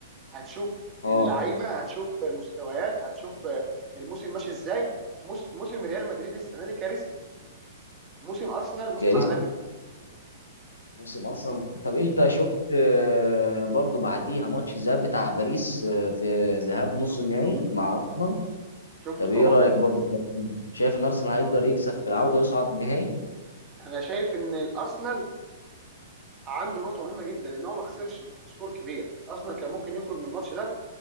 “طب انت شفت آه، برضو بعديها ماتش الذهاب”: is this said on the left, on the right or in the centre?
Left